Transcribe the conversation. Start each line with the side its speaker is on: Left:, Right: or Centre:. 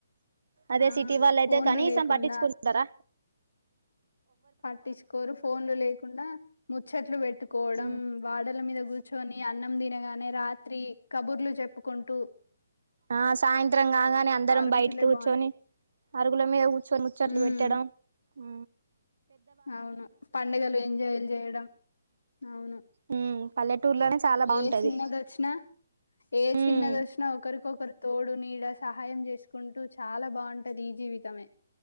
Right: అదే
Left: ఆ
Right: సిటీ వాళ్ళు
Left: ఫోన్లు
Right: అయితే కనీసం
Left: లేకుండా
Right: పట్టించుకుంటుంటారా
Left: పట్టించుకోరు ఫోన్లు లేకుండా ముచ్చట్లు పెట్టుకోవడం
Right: ఉమ్
Left: వాడల మీద కూర్చొని అన్నం తినగా అని రాత్రి కబుర్లు చెప్పుకుంటూ
Right: ఆ సాయంత్రం కాగానే అందరం
Left: ఆ రోజులే
Right: బయటకి కూర్చొని
Left: బాగుంటాయి
Right: అరుగుల మీద కూర్చొని ముచ్చట్లు
Left: ఉమ్
Right: పెట్టడం హు
Left: అవును పండగలు ఎంజాయలు చేయడం అవును
Right: మ్మ్ పల్లెటూర్లోనే చాలా బాగుంటది
Left: ఏ చిన్నది వచ్చినా ఏ
Right: మ్మ్
Left: చిన్నది వచ్చినా ఒకరికొకరు తోడు నీడ సహాయం చేసుకుంటూ చాలా బాగుంటది ఈ జీవితమే